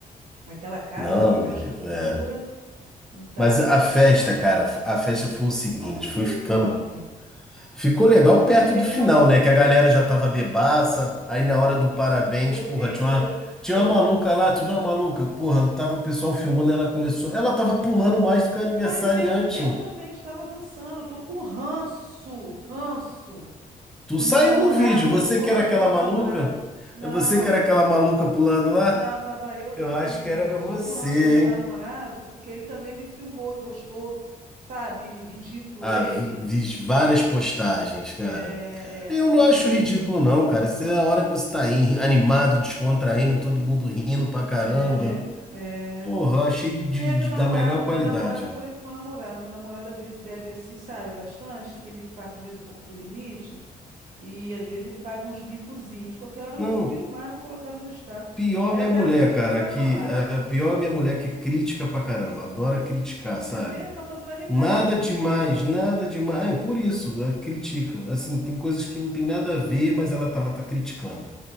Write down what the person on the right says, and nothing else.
Aquela casa
ali, aquela
estrutura,
não tá
muito
legal, não.
A festa
foi
top.
Não tenho
o que reclamar.
Meu
filho,
eu,
eu,
mas eu, eu
também estava dançando. Eu tô com ranço, ranço.
Do
meu namorado,
eu tô com
ranço
do meu namorado.
Não,
não,
tava eu e outra
menina.
Mas
eu tô com ranço do meu namorado
porque ele também me filmou e postou, sabe? Ridículo
ele.
É,
é, acontece.
É, né? É.
É, meu
namorado,
meu namorado, eu falei com meu namorado, meu namorado às vezes bebe assim, sabe, bastante, que ele passa às vezes um pouco do limite e às vezes ele paga uns micozinhos. Qualquer hora
eu vou filmar, e vou colocar no meu status.
Aí
eu quero
ver o que
que ele vai
falar.
É mesmo? A tua mulher nem
bebe, né?